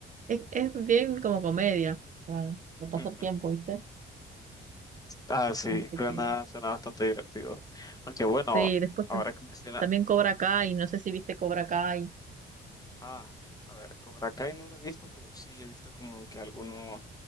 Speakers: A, on the right; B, on the left.
A: Es, es bien como comedia, para, para pasar
B: Ujú.
A: tiempo, ¿viste?
B: Ah, sí,
A: Así
B: suena,
A: que
B: suena bastante divertido. Aunque bueno,
A: sí, después
B: ahora
A: te-
B: que menciona,
A: también Cobra Kai, no sé si viste Cobra Kai.
B: ah, a ver, Cobra Kai no lo he visto, pero sí he visto como que algunos